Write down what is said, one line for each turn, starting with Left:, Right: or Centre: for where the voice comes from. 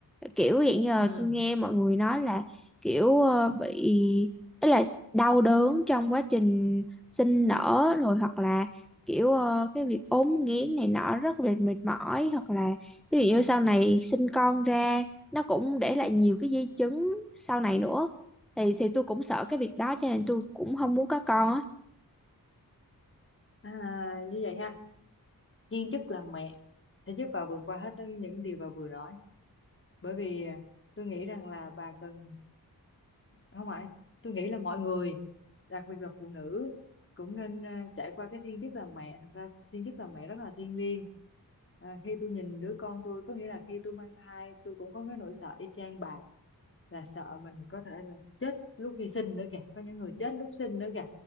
Centre: kiểu hiện giờ
Left: ừ.
Centre: tôi nghe mọi người nói là kiểu ờ, bị ý là đau đớn trong quá trình sinh nở rồi hoặc là kiểu ờ, cái việc ốm nghén này nọ rất là mệt mỏi hoặc là ví dụ như sau này sinh con ra nó cũng để lại nhiều cái di chứng sau này nữa thì thì tôi cũng sợ cái việc đó cho nên tôi cũng không muốn có con á
Left: À, như vậy ha thiên chức làm mẹ sẽ giúp bà vượt qua hết những điều bà vừa nói bởi vì à, tôi nghĩ rằng là bà cần không ạ tôi nghĩ là mọi người đặc biệt là phụ nữ cũng nên à, trải qua cái thiên chức làm mẹ thật ra thiên chức làm mẹ rất là thiêng liêng à, khi tôi nhìn đứa con tôi có nghĩa là khi tôi mang thai tôi cũng có cái nỗi sợ y chang bà là sợ mình có thể là chết lúc khi sinh nữa kìa có những người chết lúc sinh nữa kìa